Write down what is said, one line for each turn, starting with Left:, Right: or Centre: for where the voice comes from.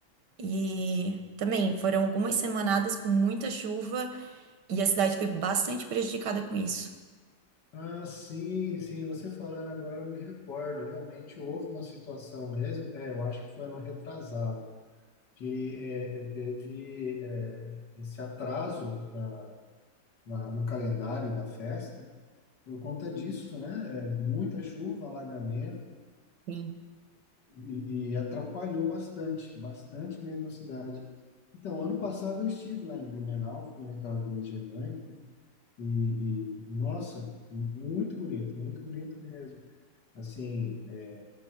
Right: E também foram algumas semanadas com muita chuva e a cidade foi bastante prejudicada com isso.
Left: Ah, sim, sim, você falando agora eu me recordo, realmente houve uma situação mesmo, é, eu acho que foi ano retrasado, que é, é, teve é, esse atraso na, na- no calendário da festa, por conta disso, né, é, muita chuva, alagamento,
Right: Sim.
Left: e, e atrapalhou bastante, bastante mesmo a cidade. Então, ano passado eu estive lá em Blumenau, fui naquela Vila Germânica, e, e nossa, muito bonito, muito bonito mesmo. Assim, é,